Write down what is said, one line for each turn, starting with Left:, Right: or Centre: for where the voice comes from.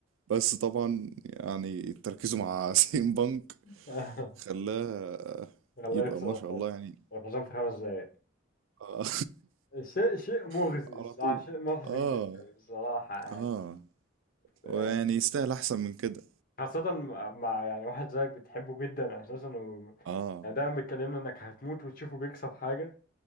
Right: بس طبعا يعني تركيزه مع <laughs> سيم بانك
Left: مم.
Right: خلاه
Left: خلاه
Right: يبقى
Left: يخسر
Right: ما شاء
Left: الح-
Right: الله يعني
Left: الحسام في خمس دقايق
Right: آه
Left: شيء شيء مغزي
Right: <laughs> على
Left: الصراحة
Right: طول
Left: شيء محزن
Right: اه
Left: جدا الصراحة يعني
Right: اه ويعني
Left: يعني
Right: يستاهل احسن من كده
Left: خاصة مع مع يعني واحد زيك بتحبه جدا أساسا و...
Right: اه
Left: يعني دايما بتكلمنا إنك هتموت وتشوفه بيكسب حاجة